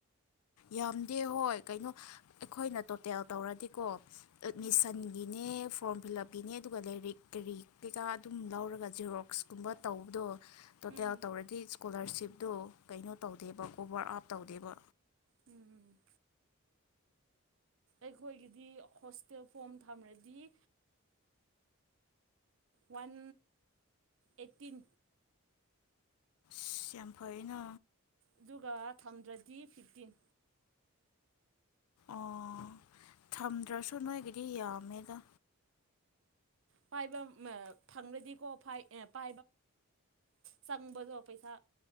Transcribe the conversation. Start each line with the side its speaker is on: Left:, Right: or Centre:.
Left: ꯌꯥꯝꯗꯦ ꯍꯣꯏ ꯀꯩꯅꯣ ꯑꯩꯈꯣꯏꯅ ꯇꯣꯇꯦꯜ ꯇꯧꯔꯗꯤꯀꯣ꯫ ꯑꯦꯠꯃꯤꯁꯟꯒꯤꯅꯦ꯫
Right: ꯎꯝ
Left: ꯐꯣꯝ ꯐꯤꯜ ꯑꯞ ꯀꯤꯅꯦ ꯑꯗꯨꯒ ꯂꯥꯏꯔꯤꯛ ꯀꯔꯤ ꯀꯩꯀꯥ ꯑꯗꯨꯝ ꯂꯧꯔꯒ ꯖꯦꯔꯣꯛꯁꯀꯨꯝꯕ ꯇꯧꯕꯗꯣ ꯇꯣꯇꯦꯜ
Right: ꯎꯝ
Left: ꯇꯧꯔꯗꯤ ꯏꯁꯀꯣꯂꯥꯔꯁꯤꯞꯇꯨ ꯀꯩꯅꯣ ꯇꯧꯗꯦꯕ ꯑꯣꯕꯔ ꯑꯞ ꯇꯧꯗꯦꯕ꯫
Right: ꯎꯝꯝ꯫ ꯑꯩꯈꯣꯏꯒꯤꯗꯤ ꯍꯣꯁꯇꯦꯜ ꯐꯣꯝ ꯊꯝꯃꯔꯗꯤ ꯋꯥꯟ ꯑꯦꯠꯇꯤꯟ
Left: ꯑꯁ ꯌꯥꯝ ꯐꯩꯩꯅ꯫
Right: ꯑꯗꯨꯒ ꯊꯝꯗ꯭ꯔꯗꯤ ꯐꯤꯐꯇꯤꯟ꯫
Left: ꯑꯣ ꯊꯝꯗ꯭ꯔꯁꯨ ꯅꯣꯏꯒꯤꯗꯤ ꯌꯥꯝꯃꯦꯗ꯫
Right: ꯄꯥꯏꯕ ꯎꯝꯑ ꯐꯪꯂꯗꯤꯀꯣ ꯄꯥꯏꯕ ꯆꯪꯕꯗꯣ ꯄꯩꯁꯥ